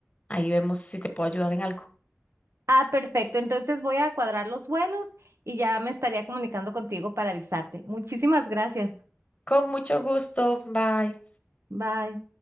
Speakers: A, on the left; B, on the right.
A: ahí vemos si te puedo ayudar en algo.
B: Ah, perfecto, entonces voy a cuadrar los vuelos y ya me estaría comunicando contigo para avisarte. Muchísimas gracias.
A: Con mucho gusto, bye.
B: Bye.